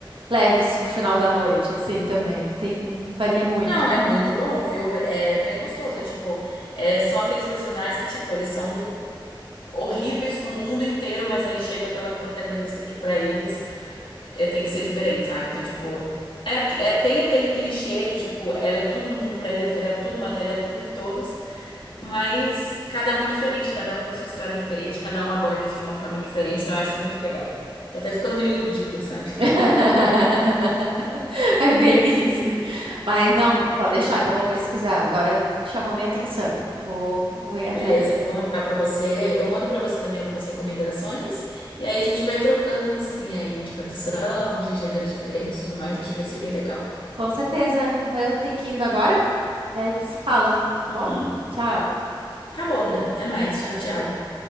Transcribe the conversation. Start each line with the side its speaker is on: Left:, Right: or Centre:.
Right: leves pro final da noite, assim, também. Tem, varia muito.
Left: Não, é muito bom, viu? velho? É bem gostoso. É tipo, é, são aqueles personagens que, tipo, eles são horríveis com o mundo inteiro, mas aí chega aquela protagonista que pra eles é, tem que ser diferente, sabe? Então, tipo, é, aqu- é- tem aquele clichê de, tipo, ela é tudo no mundo pra ele, ele faria tudo, mataria tudo e todos, mas cada um é diferente, cada um com a sua história é diferente, cada um aborda isso de uma forma diferente, então eu acho muito legal. Tô até ficando meio iludida, sabe?
Right: <laughs> É bem isso. Mas então, pode deixar que eu vou pesquisar. Agora chamou minha atenção. Vou, vou ir atrás.
Left: Beleza, eu vou mandar pra você. Eu mando pra você também algumas recomendações e aí a gente vai trocando assim a indicação de gêneros diferentes, e tudo mais. Acho que vai ser bem legal.
Right: Com certeza. Eu tenho que ir indo agora. Daí a gente se fala, tá
Left: Uhum.
Right: bom? Tchau.
Left: Tá bom, Dani. Até mais. Tchau, tchau.